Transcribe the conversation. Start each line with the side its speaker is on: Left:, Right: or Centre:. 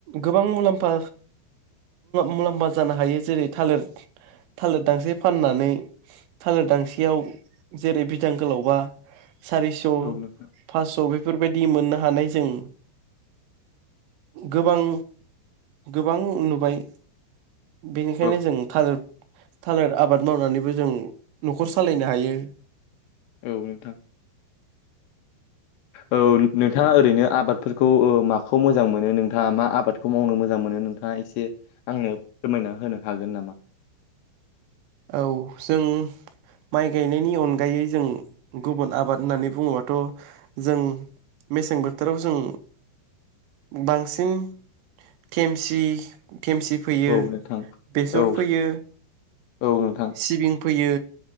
Right: गो बां मुलाम्फा मुलाम्फा जानो हायो जेरै थालिर थालिर दांसे फाननानै थालिर दांसेयाव जेरै बिदां गोलावबा सारिस'
Left: नोंथां
Right: फासस' बेफोरबायदि मोननो हानाय जायो गोबां गोबां नुबाय बेनिखायनो
Left: औ
Right: जों थालिर थालिर आबाद मावनानैबो जों न'खर सालायनो हायो
Left: औ नोंथां औ नोंथाङा ओरैनो आबाद फोरखौ माखौ मोजां मोनो नोंथाङा मा आबादखौ मावनो मोजां मोनो नोंथाङा एसे आंनो फोरमाय ना होनो हागोन नामा?
Right: औ जों माइ गायनायनि अन गायै जों गुबुन आबाद होननानै बुङोबाथ' जों मेसें बोथोराव जों बांसिन देमसि देमसि फोयो
Left: औ नोंथां
Right: बेसर
Left: औ
Right: फोयो
Left: औ नोंथां
Right: सिबिं फोयो